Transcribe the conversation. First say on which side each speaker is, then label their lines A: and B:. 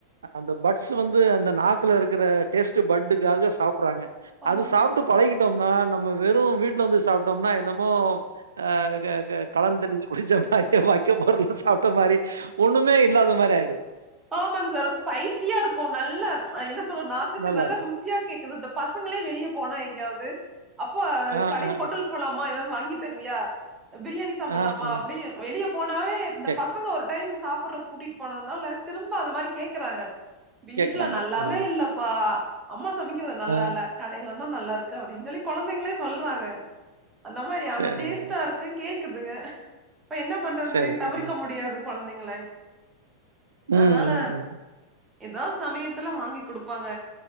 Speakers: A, on the right; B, on the right.
A: அந்த பட்ஸ் வந்து அந்த நாக்கில இருக்கிற டேஸ்ட் பட்காக சாப்டறாங்க
B: ஆமாங்க
A: அது சாப்பிட்டு
B: சார்
A: பழகிட் நம்ம வெறும் வீட்ல வந்து சாப்ட்டோம்னா என்னமோ ஆ க க களந்தண்ணி குடிச்ச மாரிய வக்க போர்ல சாப்ட்ட மாரி ஒண்ணுமே இல்லாத மாரி ஆயீடுது
B: ஆமாங்க சார் ஸ்பைசியா இருக்கு நல்ல என்ன சொல்ற நாக்குக்கு
A: நல்லாருக்கும்.
B: நல்ல ருசியா கேக்குது இந்த பசங்க ங்கள வெளியே போனா எங்காவது அப்போ
A: ஆ,
B: கடை
A: ஆ,
B: ஹோட்டல் போலாமா ஏதாவது வாங்கி தருவியா பிரியாணி சாப்டலாமா
A: ஆ, ஆ
B: அப்படி வெளியே போனாவே இந்த
A: கேக்
B: பசங்க ஒரு டைம் சாப்டற கூட்டிட்டு போனதுனால திரும்ப அதமாரி கேக்குறாங்க வீட்ல
A: கேட்கறாங்க.
B: நல்லாவே
A: ஆ,
B: இல்லப்பா அம்மா சமைக்கிறது நல்லா
A: ஆ
B: இல்ல கடையிலன்னா நல்லா இருக்கு அப்படின்னு சொல்லி குழந்தைங்களே சொல்றாங்க அந்த மாரி அந்த
A: சரிங்க
B: டேஸ்ட்டா
A: மேடம்.
B: இருக்கு கேக்குதுங்க இப்ப என்ன பண்றது
A: சரி,
B: தவிர்க
A: சரிங்க.
B: முடியாது குழந்தைங்களே
A: ம்,
B: அதனால
A: ம், ம்.
B: ஏதோ சமயத்துல வாங்கி கொடுப்பாங்க